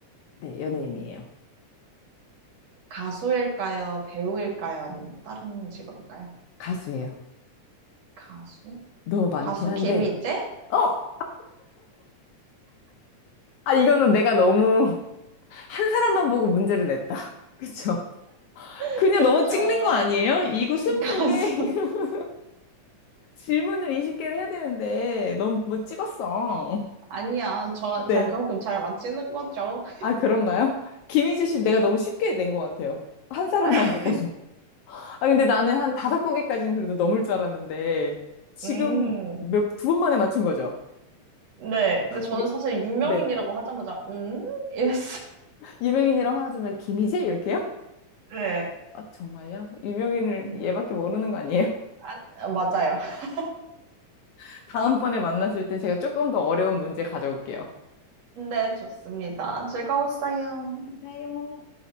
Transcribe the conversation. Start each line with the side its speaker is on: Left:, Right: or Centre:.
Left: 네, 연예인이에요.
Right: 가수일까요? 배우일까요? 아니면 다른 직업일까요?
Left: 가수예요.
Right: 가수?
Left: 너무 많긴
Right: 가수
Left: 한데.
Right: 김희재?
Left: 어! 아, 이거는 내가 너무 <laughs> 한 사람만 보고 문제를 냈다. <laughs> 그쵸?
Right: <laughs>
Left: 그냥
Right: 그쵸.
Left: 너무 찍는 거 아니에요? 이거 스무고개
Right: 가수.
Left: <laughs>
Right: <laughs>
Left: 질문을 20개를 해야 되는데 너무 뭐 찍었어.
Right: 아니야. 저, 제가
Left: 네.
Right: 그만큼 잘 맞히는 거죠.
Left: 아, 그런가요? 김희지 씨 내가 너무 쉽게 낸 것 같아요. 한 사람만
Right: <laughs>
Left: 보고서. 아, 근데 나는 한 다섯 곡에까지는 그래도 넘을 줄 알았는데, 지금
Right: 음.
Left: 몇, 두 번 만에 맞춘 거죠?
Right: 네. 근데 저는
Left: 유-
Right: 사실 유명인이라고
Left: 네.
Right: 하자마자, 음? 이랬어요.
Left: 유명인이랑 화하자면 김희재? 이렇게요?
Right: 네.
Left: 아, 정말요? 유명인을
Right: 네.
Left: 얘밖에 모르는 거 아니에요?
Right: 아, 아, 맞아요. <laughs>
Left: <laughs> 다음번에 만났을 땐 제가 조금 더 어려운 문제 가져올게요.
Right: 네, 좋습니다. 즐거웠어요.
Left: 감사해요.